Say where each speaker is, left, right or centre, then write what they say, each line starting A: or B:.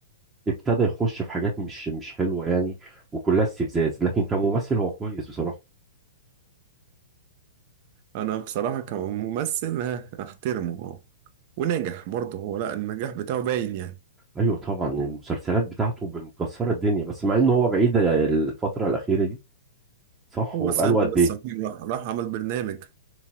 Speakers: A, on the right (about 15°); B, on the right (about 50°).
A: ابتدى يخش في حاجات مش مش حلوة يعني وكلها استفزاز لكن كممثل هو كويس بصراحة
B: أنا بصراحة كممثل ها، أحترمه أه ونجح برضه هو لا النجاح بتاعه باين يعني
A: ايوه طبعا المسلسلات بتاعته مكسرة الدنيا بس مع انه هو بعيد الفترة الأخيرة دي صح
B: هو
A: هو
B: سامي
A: بقاله قد
B: بس
A: ايه
B: عميل راح راح عمل برنامج